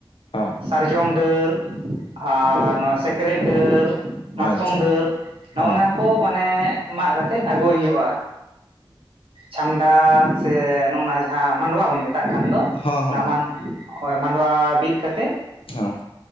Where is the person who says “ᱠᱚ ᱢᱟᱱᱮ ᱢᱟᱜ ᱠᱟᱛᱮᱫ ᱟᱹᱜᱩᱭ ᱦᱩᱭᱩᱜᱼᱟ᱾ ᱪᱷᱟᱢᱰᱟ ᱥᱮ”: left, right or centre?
Right